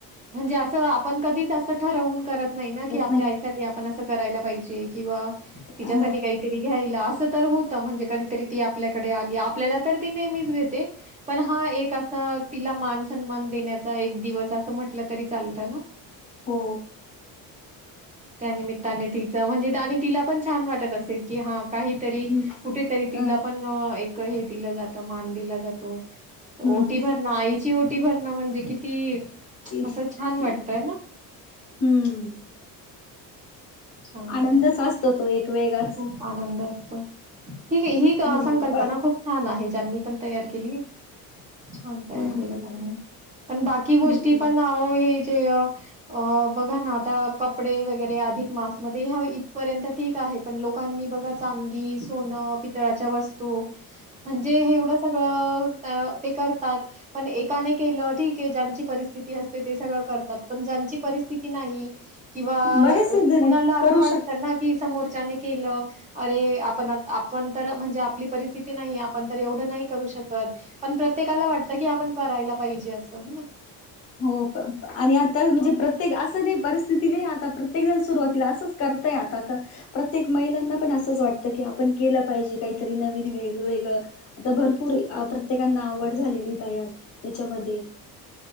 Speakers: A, on the right; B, on the left.
A: म्हणजे असं आपण कधीच असं ठरवून करत नाही ना की
B: येत
A: आपल्या
B: नाही
A: आईसाठी आपण अस स करायला पाहिजे किंवा
B: अ
A: तिच्यासाठी काहीतरी घ्यायला अस तर होत म्हणजे कधीतरी ती आपल्याकडे आली आपल्याला तर ती नेहमीच घेत ते पण हा एक असा तिला मान सन्मान देण्याचा एक दिवस अस म्हट दिलं तरी चालत ना.
B: हो
A: त्यानमित्ताने तिचं म्हणजे त आणि तिला पण छान वाटत असेल की हा काहीतरी
B: हम्म
A: कुठेतरी तिला
B: अ
A: पण एक हे दिलं जात मान दिला जातो
B: हम्म
A: ओटी भरण आईची ओटी भरणं म्हणजे किती
B: हम्म
A: असं छान वाटतंय ना? <inaudible>
B: आनंदच
A: आहे.
B: असतो तो एक वेगळाच.
A: खूप आनंद असतो ही ही
B: हम्म
A: संकल्पना खूप छान आहे. त्यांनी पण तयार केली छान तयार
B: हम्म
A: केली त्यांनी पण बाकी गोष्टी
B: हम्म
A: आवो पण हे हे अ अ बघा ना आता कपडे वगैरे अधिक मास मध्ये ह्या इथपर्यंत ठीक आहेत पण लोकांनी बघा चांदी सोनं पितळाच्या वस्त स्तू म्हणजे हे एवढ सगळ अ त ते करतात पण एकाने केलं ठीक आहे पण ज्यांची परिस स्थिती असते ते सगळं करतात पण ज्यांची परिस्थिती नाही किंवा
B: बरेचसे जण
A: कुणाला
B: करू
A: असं वाटतं
B: शकत
A: ना की समोर त्याने केलं अरे आपण आत आपण तर म्हणजे आपली परिस्थिती नाही आपण तर एवढं नाही करू शकत पण प्रत्येकाला वाटत की आपण करायला पाहिजे अस हे ना.
B: हो प आणि आता म्हणजे प्रत्येक असं नाही परिस्थिती नाही. आता प्रत्येक जण सुरुवातीला असंच करतय. आता का प्रत्येक महिलांना पण असंच वाटतं की आपण केलं पाहिजे काहीतरी. नवीन वेगवेेगळं आता भरपूर प्रत्येकांना आवड झालेली तयार. त्याच्यामध्ये